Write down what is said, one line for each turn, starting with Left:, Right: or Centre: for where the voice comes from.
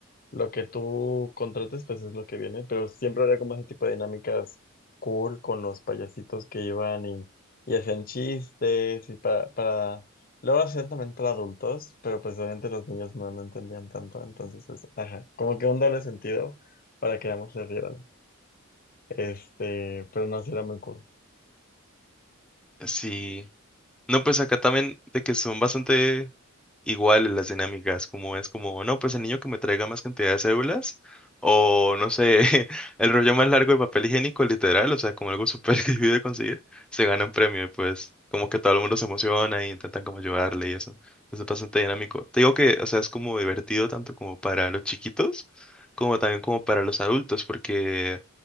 Left: lo que tú contrates, pues es lo que viene, pero siempre había como ese tipo de dinámicas cool con los payasitos que iban y, y hacían chistes y para, para, luego hacían también para adultos, pero pues obviamente los niños no, no entendían tanto, entonces, pues, ajá, como que un doble sentido para que ambos se rieran, este, pero no, sí era muy cool.
Centre: Sí. No, pues acá también de que son bastante iguales las dinámicas, como es como, no, pues el niño que me traiga más cantidad de cédulas, o no sé, <laughs> el rollo más largo de papel higiénico, literal, o sea, como algo súper <laughs> difícil de conseguir, se gana un premio y pues como que todo el mundo se emociona y intentan como ayudarle y eso. Entonces es bastante dinámico. Te digo que, o sea, es como divertido tanto como para los chiquitos, como también como para los adultos, porque,